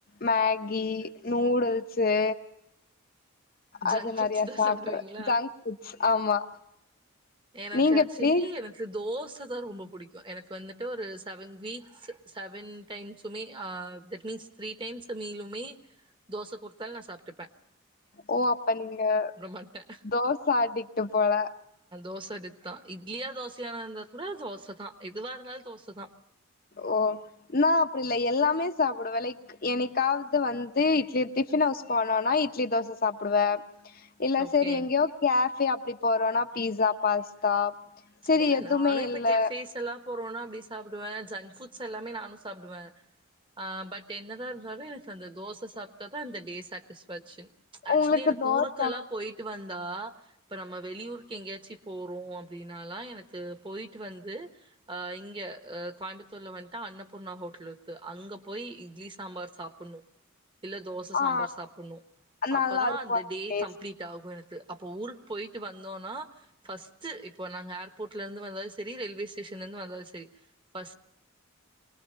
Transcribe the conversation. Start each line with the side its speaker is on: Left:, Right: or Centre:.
Left: மேகி நூடுல்ஸு
Right: ஜங்க்
Left: அது
Right: ஃபுட்ஸ்
Left: நெறைய
Right: தான்
Left: சாப்பறேன்
Right: சாப்பிடுவீங்களா?
Left: ஜங்க்புட்ஸ் ஆமா
Right: எனக்கு
Left: நீங்க
Right: ஆக்சுவலி
Left: எப்டி
Right: எனக்கு தோ தோச தான் ரொம்ப பிடிக்கும் எனக்கு வந்துட்டு ஒரு seven weeks seven times May that means three times மீலுமே தோச கொடுத்தால்னே நா சாப் <inaudible>
Left: ஓ அப்ப நீங்க
Right: மாட்டேன்.
Left: தோசை அடிட்டு போல
Right: தோசை எடுத்து தான் இட்லியா தோசையான இருந்தா கூட தோசை தான் எதுவா இருந்தாலும் தோசைதான்
Left: ஓ நான அப்டி இல்ல எல்லாமே சாப்படுவேன் லைக் என்னைக்காவது வந்து இட்லி டிஃபின் ஹவுஸ் போனோனா இட்லி தோசை சாப்படுவேன் இல்ல
Right: ஓகே.
Left: செரி எங்கேயோ கேஃபே அப்டி பரோனா பிஸா பாஸ்தா செரி
Right: என்ன
Left: எதுமே
Right: ஸ்நானும் இப்ப
Left: இல்ல
Right: கெபேஸ் எல்லாம் போறோம்ன்னா அப்டி சாப்படுவேன் ஜன் ஃபுட்ஸ் எல்லாமே நானும் சாப்படுவேன் பட் என்னதான் இருந்தாலும் எனக்கு அந்த தோசை சாப்பட்டா தான் அந்த டே சாட்டிஸ்ஃபேஷன் ஆக்சுலி
Left: உங்களுக்கு
Right: எனக்கு
Left: தோச
Right: ஊருக்கெல்லாம் போயிட்டு வந்த் தா இப்பநம்ம வெளியூர்க்கு எங்காயாச்சி போறோம் அப்டினு நான எனக்கு போயிட்டு வந்து இங்க கோயம்புத்தூர்ல வந்துட்டுா அன்னபூர்ணா ஹோட்டல் இருக்கு அங்க போய் இட்லி சாம்பார் சாப்பட இல்ல தோசை சாம்பார்
Left: ஆ
Right: சாப்படணும்
Left: நல்லா
Right: அப்தான்
Left: இருக்கு
Right: அந்த டே
Left: டேஸ்ட்
Right: கம்ப்ளீட் ஆகும் எனக்கு அப்ப ஊரு போயிட்டு வந்தோனா ஃபஸ்ட் இட் நாங்க ஏரோர்ட்ல இருந்து வந்த வந்த செரி ரயில்வேஸேஷன்ல இருந்து வந்தாலும் செரி பஸ்